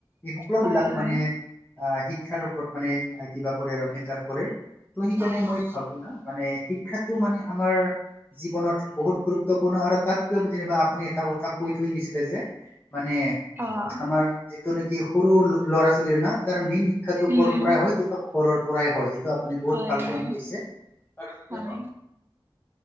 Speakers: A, on the left; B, on the right.
A: এই সকলো
B: হয়
A: বিলাক
B: হয় হয়।
A: মানে আহ শিক্ষাৰ ওপৰত মানে কিবা কৰে আৰু মেটাৰ কৰে। ত' সেইকাৰণে
B: অ'
A: মই ভাবো ন মানে শিক্ষাটো মানে আমাৰ জীৱনত বহুত গুৰুত্বপূৰ্ণ আৰু তাতকৈ যেনিবা আপুনি এটা কথা কৈ থৈ গৈছিলে যে মানে
B: অ'
A: আমাৰ যিটো নেকি সৰু ল'ৰা ছোৱালী ন তাৰ মেইন শিক্ষাটো
B: উম
A: কৰ পৰাই হয় ঘৰৰ পৰাই হয়। এইটো আপুনি বহুত
B: হয়
A: ভাল
B: হয়
A: পইণ্ট কৈছে। কাৰণ কিয়নো
B: হয়।